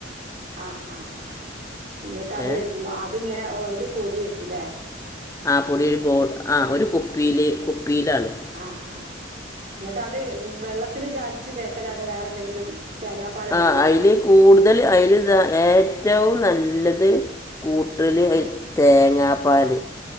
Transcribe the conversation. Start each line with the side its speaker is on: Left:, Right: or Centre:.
Right: ആഹ് ആഹ് ആഹ് എന്നിട്ട് അത്
Left: ഏ
Right: അതിങ്ങനെ ഓ അയിന്റെ പൊടിയേക്കൂലേ
Left: ആ പൊടിയൊരു ബോ ആ ഒരു കുപ്പിയില് കുപ്പിയിലാണ്
Right: ആ ആ എന്നിട്ട് അത് വെള്ളത്തില് ചാലിച്ച് തേക്കലാ അതാ വേറെ എന്തെങ്കിലും തേങ്ങാപ്പാൽ എന്തെങ്കിലും
Left: ആഹ് അയിൽ
Right: വേണോ
Left: കൂട്തെൽ അയിൽ താ ഏറ്റവും നല്ലെത് കൂട്ടെൽ
Right: ആ
Left: അയി തേ ങ്ങാപ്പാൽ